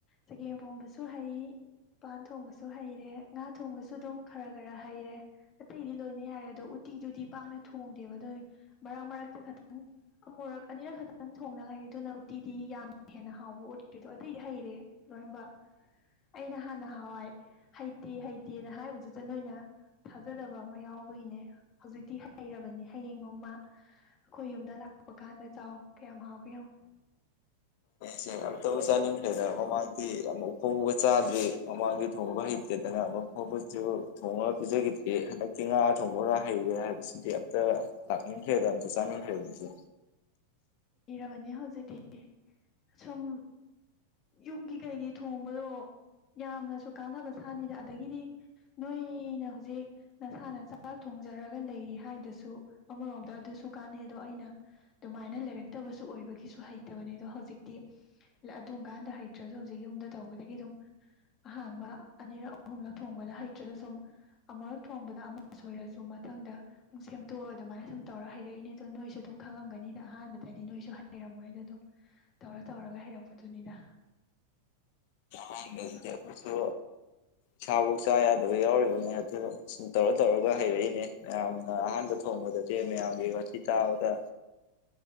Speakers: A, on the left; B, on the left.
A: ꯆꯒꯦꯝ ꯄꯣꯝꯕꯁꯨ ꯍꯩ ꯃꯄꯥꯟ ꯊꯣꯡꯕꯁꯨ ꯍꯩꯔꯦ ꯉꯥ ꯊꯣꯡꯕꯁꯨ ꯑꯗꯨꯝ ꯈꯔ ꯈꯔ ꯍꯩꯔꯦ ꯑꯇꯩꯗꯤ ꯂꯣꯏꯅ ꯌꯥꯔꯦ ꯑꯗꯣ ꯎꯠꯇꯤꯗꯨꯗꯤ ꯄꯥꯛꯅ ꯊꯣꯡꯗꯦꯕ ꯑꯗꯨꯅꯦ ꯃꯔꯛ ꯃꯔꯛꯇ ꯈꯇꯪ ꯑꯃꯨꯔꯛ ꯑꯅꯤꯔꯛ ꯈꯛꯇꯪ ꯊꯣꯡꯗ ꯉꯥꯏꯔꯤ ꯑꯗꯨꯅ ꯎꯇꯤꯗꯤ ꯌꯥꯝꯅ ꯍꯦꯟꯅ ꯍꯥꯎꯕ ꯑꯣꯏꯖꯔꯤꯗ ꯑꯇꯩꯗꯤ ꯍꯩꯔꯦ ꯂꯣꯏꯅꯃꯛ ꯑꯩꯅ ꯍꯥꯟꯅ ꯅꯍꯥꯋꯥꯏ ꯍꯩꯇꯦ ꯍꯩꯇꯦꯅ ꯍꯥꯏꯕꯗꯨꯗ ꯅꯣꯏꯅ ꯊꯥꯖꯗꯕ ꯑꯃ ꯌꯥꯎꯕꯒꯤꯅꯦ ꯍꯧꯖꯤꯛꯇꯤ ꯍꯩꯔꯕꯅꯤ ꯍꯌꯦꯡ ꯅꯣꯡꯃ ꯑꯩꯈꯣꯏ ꯌꯨꯝꯗ ꯂꯥꯛꯄ ꯀꯥꯟꯗ ꯆꯥꯎ꯫ ꯀꯌꯥꯝ ꯍꯥꯏꯒꯦ ꯌꯦꯡꯉꯨ꯫
B: ꯁꯦ ꯑꯝꯇꯕꯨ ꯆꯥꯅꯤꯡꯈ꯭ꯔꯦꯗ ꯃꯃꯥꯡꯗꯤ ꯑꯃꯨꯛ ꯐꯧꯕ ꯆꯥꯗ꯭ꯔꯤ ꯃꯃꯥꯡꯗꯤ ꯊꯣꯡꯕ ꯍꯩꯇꯦꯗꯅ ꯑꯃꯨꯛ ꯐꯧꯕꯁꯨ ꯊꯣꯡꯉꯒ ꯄꯤꯖꯈꯤꯗ꯭ꯔꯦ ꯍꯟꯗꯛꯇꯤ ꯉꯥ ꯊꯣꯡꯕꯒ ꯍꯩꯔꯦ ꯍꯥꯏꯕꯁꯤꯗꯤ ꯑꯝꯇ ꯂꯥꯛꯅꯤꯡꯈ꯭ꯔꯦꯗ ꯑꯝꯇ ꯆꯥꯅꯤꯡꯈ꯭ꯔꯦꯗ ꯏꯆꯦ꯫
A: ꯕꯅꯦ ꯍꯧꯖꯤꯛꯇꯤ ꯁꯨꯝ ꯌꯨꯝꯒꯤ ꯀꯩꯒꯤ ꯊꯣꯡꯕꯗꯣ ꯌꯥꯝꯅꯁꯨ ꯀꯥꯟꯅꯕ ꯁꯥꯅꯤꯗ ꯑꯗꯒꯤꯗꯤ ꯅꯣꯏꯅ ꯍꯧꯖꯤꯛ ꯅꯁꯥꯅ ꯆꯥꯛꯥ ꯊꯣꯡꯖꯔꯒ ꯂꯩꯔꯤ ꯍꯥꯏꯗꯨꯁꯨ ꯑꯃꯔꯣꯝꯗ ꯑꯗꯨꯁꯨ ꯀꯥꯟꯅꯩ ꯑꯗꯣ ꯑꯩꯅ ꯑꯗꯨꯃꯥꯏꯅ ꯂꯩ ꯂꯩꯔꯛꯇꯕꯁꯨ ꯑꯣꯏꯕꯒꯤ ꯍꯩꯇꯕꯅꯦ ꯑꯗꯣ ꯍꯧꯖꯤꯛꯇꯤ ꯑꯗꯨꯝꯀꯥꯟꯗ ꯍꯩꯇꯔꯁꯨ ꯍꯧꯖꯤꯛ ꯌꯨꯝꯗ ꯇꯧꯕꯗꯒꯤ ꯑꯗꯨꯝ ꯑꯍꯥꯟꯕ ꯑꯅꯤꯔꯛ ꯑꯍꯨꯝꯂꯛ ꯊꯣꯡꯕꯗ ꯍꯩꯇꯔꯁꯨ ꯁꯨꯝ ꯑꯃꯨꯔꯛ ꯊꯣꯡꯕꯗ ꯑꯃ ꯁꯣꯏꯔꯁꯨ ꯃꯊꯪꯗ ꯄꯨꯡ ꯁꯦꯝꯇꯣꯛꯑ ꯑꯗꯨꯃꯥꯏ ꯁꯨꯝ ꯇꯧꯔ ꯍꯩꯔꯛꯏꯅꯤꯗ ꯑꯗꯤ ꯅꯣꯏꯁꯨ ꯑꯗꯨꯝ ꯈꯪꯉꯝꯒꯅꯤꯗ ꯑꯍꯥꯟꯕ ꯗꯗꯤ ꯅꯣꯏꯁꯨ ꯍꯩꯔꯝꯃꯣꯏꯗ ꯑꯗꯨꯝ ꯇꯧꯔ ꯇꯧꯔꯒ ꯍꯩꯔꯛꯄꯗꯨꯅꯤꯗ꯫
B: ꯑꯍꯥꯟꯕꯗꯗꯤ ꯑꯩꯈꯣꯏꯁꯨ ꯏꯁꯥꯐꯧ ꯆꯥ ꯌꯥꯗꯕ ꯌꯥꯎꯔꯤꯕꯅꯦ ꯑꯗꯨ ꯁꯨꯝ ꯇꯧꯔ ꯇꯧꯔꯒ ꯍꯩꯔꯛꯏꯅꯦ ꯃꯌꯥꯝꯅ ꯑꯍꯥꯟꯕ ꯊꯣꯡꯕꯗꯗꯤ ꯃꯌꯥꯝꯒꯤ ꯋꯥꯊꯤ ꯇꯥꯕꯗ